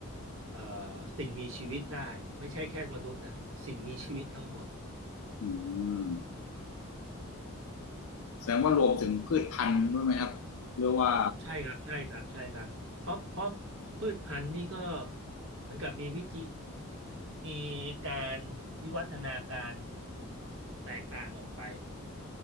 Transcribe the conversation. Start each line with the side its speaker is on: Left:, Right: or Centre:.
Right: เอ่อสิ่งมีชีวิตได้ไม่ใช่แค่มนุษย์นะสิ่งมีชีวิตทั้งหมด
Left: อืมแสดงว่ารวมถึงพืชพันธุ์ด้วยไหมครับหรือว่า
Right: ใช่ครับใช่ครับใช่ครับเพราะเพราะพืชพันธุ์นี่ก็เหมือนกับมีวิจิมีการวิวัฒนาการแตกต่างออกไป